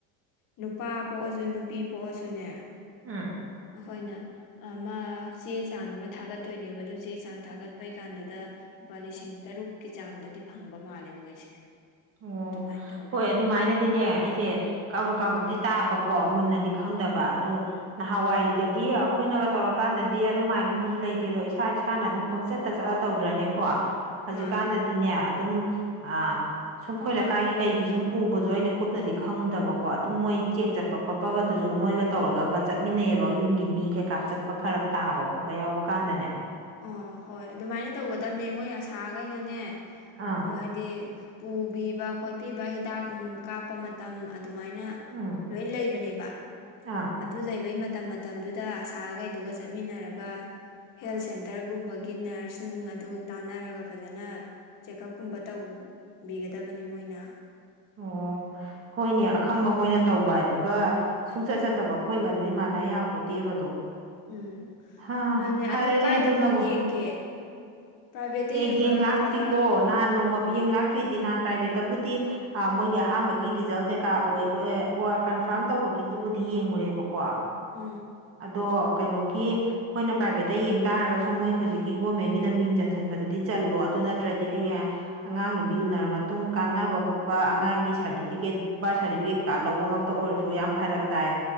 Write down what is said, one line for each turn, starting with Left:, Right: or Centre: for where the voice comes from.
Left: ꯅꯨꯄꯥ ꯄꯣꯛꯑꯁꯨ ꯅꯨꯄꯤ ꯄꯣꯛꯑꯁꯨꯅꯦ
Right: ꯎꯝ
Left: ꯑꯩꯈꯣꯏꯅ ꯑꯃ ꯆꯦ ꯆꯥꯡ ꯑꯃ ꯊꯥꯒꯠꯇꯣꯏꯅꯦꯕ ꯑꯗꯨ ꯆꯦ ꯆꯥꯡ ꯊꯥꯒꯠꯄꯩ ꯀꯥꯟꯗꯨꯗ ꯂꯨꯄꯥ ꯂꯤꯁꯤꯡ ꯇꯔꯨꯛꯀꯤ ꯆꯥꯡꯗꯗꯤ ꯐꯪꯕ ꯃꯥꯜꯂꯦ ꯃꯣꯏꯁꯦ
Right: ꯑꯣ
Left: ꯑꯗꯨꯃꯥꯏꯅ ꯇꯧꯋꯦ
Right: ꯍꯣꯏ ꯑꯗꯨꯃꯥꯏꯅꯗꯤꯅꯦ ꯑꯩꯁꯦ ꯀꯕꯨꯛ ꯀꯥꯕꯨꯛꯇꯤ ꯇꯥꯕꯀꯣ ꯃꯨꯟꯅꯗꯤ ꯈꯪꯗꯕ ꯑꯗꯨ ꯅꯍꯥꯟꯋꯥꯏꯗꯗꯤ ꯑꯩꯈꯣꯏꯅꯒ ꯇꯧꯔꯀꯥꯟꯗꯗꯤ ꯑꯗꯨꯃꯥꯏꯅꯒꯨꯝꯕꯁꯨ ꯂꯩꯇꯦ ꯑꯗꯣ ꯏꯁꯥ ꯏꯁꯥꯅ ꯑꯗꯨꯝ ꯄꯪꯆꯠꯇ ꯆꯠꯂ ꯇꯧꯗ꯭ꯔꯅꯦꯀꯣ ꯍꯧꯖꯤꯛꯀꯥꯟꯗꯗꯤꯅꯦ
Left: ꯃꯥꯅꯦ
Right: ꯑꯗꯨꯝ ꯑ ꯁꯨꯝ ꯑꯩ ꯈꯈꯣꯏ ꯂꯩꯀꯥꯏꯒꯤ ꯀꯩꯒꯤ ꯁꯨꯝ ꯎꯕꯗꯣ ꯑꯩꯅ ꯀꯨꯞꯅꯗꯤ ꯈꯪꯉꯨꯗꯕꯀꯣ ꯑꯗꯨꯝ ꯃꯣꯏ ꯆꯦꯛ ꯆꯠꯄ ꯈꯣꯠꯄꯒꯁꯨ ꯃꯣꯏꯒ ꯇꯧꯔꯒ ꯆꯠꯃꯤꯟꯅꯩꯌꯦꯕ ꯌꯨꯝꯒꯤ ꯃꯤ ꯀꯩꯀꯥ ꯆꯠꯄ ꯐꯔꯛ ꯇꯥꯕ ꯈꯣꯠꯄ ꯌꯥꯎꯕ ꯀꯥꯟꯗꯅꯦ
Left: ꯑꯣ ꯍꯣꯏ ꯑꯗꯨꯃꯥꯏꯅ ꯇꯧꯒꯗꯝꯕꯅꯦ ꯃꯣꯏ ꯑꯁꯥꯈꯩꯅꯅꯦ
Right: ꯑꯥ
Left: ꯍꯥꯏꯗꯤ ꯄꯨꯕꯤꯕ ꯈꯣꯠꯄꯤꯕ ꯍꯤꯗꯥꯛ ꯀꯥꯞꯄ ꯃꯇꯝ ꯑꯗꯨꯃꯥꯏꯅ
Right: ꯎꯝ
Left: ꯂꯣꯏ ꯂꯩꯕꯅꯦꯕ
Right: ꯑꯥ
Left: ꯑꯗꯨ ꯂꯩꯕꯩ ꯃꯇꯝ ꯃꯇꯝꯗꯨꯗ ꯑꯁꯥꯒꯩꯗꯨꯒ ꯆꯠꯃꯤꯟꯅꯔꯒ ꯍꯦꯜꯊ ꯁꯦꯟꯇꯔꯒꯨꯝꯕꯒꯤ ꯅꯔꯁ ꯅꯨꯡ ꯑꯗꯨ ꯇꯥꯟꯅꯔꯒ ꯐꯖꯅ ꯆꯦꯛꯑꯞꯀꯨꯝꯕ ꯇꯧ ꯕꯤꯒꯗꯕꯅꯤ ꯃꯣꯏꯅ
Right: ꯑꯣ ꯍꯣꯏꯅꯦ ꯑꯈꯪꯕ ꯃꯣꯏꯅ ꯇꯧꯕ ꯑꯗꯨꯒ ꯁꯨꯡꯆꯠ ꯆꯠꯇꯕ ꯑꯩꯈꯣꯏꯒ ꯑꯗꯨꯗꯤ ꯃꯥꯟꯅ ꯌꯥꯄꯣꯠꯇꯦꯕꯗꯣ
Left: ꯎꯝ
Right: ꯍꯥꯥ
Left: ꯃꯥꯅꯦ
Right: ꯐꯔꯦꯅꯦ
Left: ꯀꯥꯏꯗꯕꯨ
Right: ꯑꯗꯨ ꯅꯕꯨ
Left: ꯌꯦꯡꯒꯦ ꯄ꯭ꯔꯥꯏꯚꯦꯠꯇ
Right: ꯑꯦ
Left: ꯌꯦꯡꯕ꯭ꯔꯣ
Right: ꯌꯦꯡ ꯂꯥꯛꯇ꯭ꯔꯤꯀꯣ
Left: ꯅꯠꯇ꯭ꯔꯒ
Right: ꯅꯍꯥꯟ ꯅꯣꯡꯃ ꯌꯦꯡ ꯂꯥꯛꯇ꯭ꯔꯤꯗꯤ ꯅꯍꯥꯟ ꯄ꯭ꯔꯥꯏꯚꯦꯠꯇꯕꯨ ꯃꯣꯏꯒꯤ ꯑꯍꯥꯥꯟꯕꯒꯤ ꯔꯤꯖꯜ ꯀꯩꯀꯥ ꯑꯣꯏ ꯀꯟꯐꯥꯔꯝ ꯇꯧꯕꯒꯤꯗꯨꯕꯨꯗꯤ ꯌꯦꯡꯉꯨꯔꯦꯕꯀꯣ
Left: ꯎꯝ
Right: ꯑꯗꯣ ꯀꯩꯅꯣꯒꯤ ꯑꯩꯈꯣꯏꯅ ꯄ꯭ꯔꯥꯏꯚꯦꯠꯇ ꯌꯦꯡ ꯇꯥꯔꯒꯁꯨ ꯃꯣꯏ ꯍꯧꯖꯤꯛꯀꯤ ꯒꯣꯔꯃꯦꯟꯒꯤꯗ ꯃꯤꯡ ꯆꯟꯁꯟꯕꯗꯨꯗꯤ ꯆꯠ ꯆꯜꯂꯣ ꯑꯗꯨ ꯅꯠꯇ꯭ꯔꯗꯤ ꯍꯌꯦꯡ ꯑꯉꯥꯡ ꯅꯨꯕꯤ ꯎꯅꯔꯕ ꯃꯇꯨꯡ ꯀꯥꯟꯅꯕ ꯈꯣꯠꯄ ꯑꯉꯥꯡꯒꯤ ꯁꯥꯔꯇꯤꯐꯤꯀꯦꯠ ꯕꯥꯔꯠ ꯁꯥꯔꯇꯤꯐꯤꯀꯦꯠ ꯀꯩꯀꯥ ꯂꯧꯕꯃꯛꯇ ꯑꯣꯏꯔꯁꯨ ꯌꯥꯝ ꯐꯔꯛ ꯇꯥꯏ